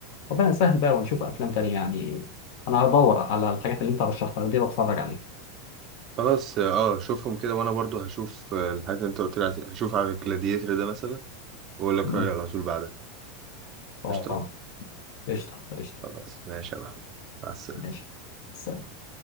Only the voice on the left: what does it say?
ربنا يسهل بقى ونشوف افلام تانية يعني انا هدور على الحاجات اللي انت رشحتها لي دي واتفرج عليها
امم
اه
قشطه قشطه
ماشي سلام